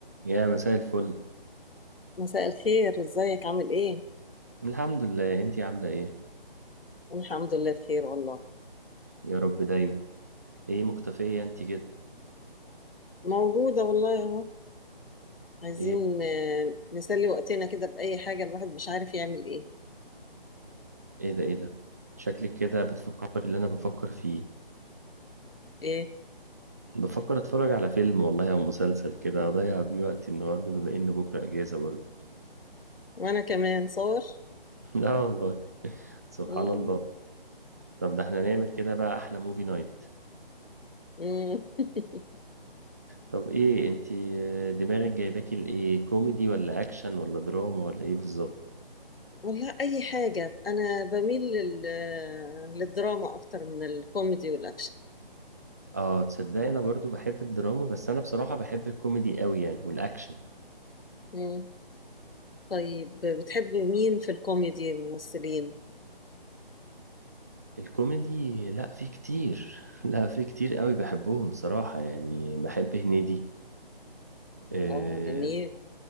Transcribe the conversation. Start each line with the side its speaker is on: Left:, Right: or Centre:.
Right: يا مساء الفل
Left: مساء الخير ازيك عامل ايه؟
Right: الحمد لله انتي عاملة ايه
Left: الحمد لله بخير والله
Right: يا رب دايما ايه مختفية انتي كده
Left: موجودة والله اهو عايزين
Right: ايه
Left: آه، نسلي وقتنا كده بأي حاجة الواحد مش عارف يعمل ايه
Right: ايه ده ايه ده شكلك كده بتفكر اللي انا بفكر فيه
Left: ايه
Right: بفكر اتفرج على فيلم والله او مسلسل كده اضيع بيه وقتي النهاردة بما ان بكرة اجازة برضه
Left: وانا كمان صور
Right: <laughs> لا والله سبحان
Left: مم.
Right: الله طب ده احنا نعمل كده بقى احلى موفي نايت
Left: مم. <laughs>
Right: طب ايه انتي اه، دماغك جايباكي لايه كوميدي ولا اكشن ولا دراما ولا ايه بالظبط
Left: والله اي حاجة انا بميل لل... آه، للدراما اكتر من الكوميدي والاكشن
Right: اه تصدقي انا برضو بحب الدراما بس انا بصراحة بحب الكوميدي قوي يعني والاكشن
Left: مم. طيب بتحب مين في الكوميدي الممثلين؟
Right: الكوميدي لا في كتير <laughs> لا في كتير قوي بحبهم بصراحة يعني بحب هنيدي اه
Left: اه جميل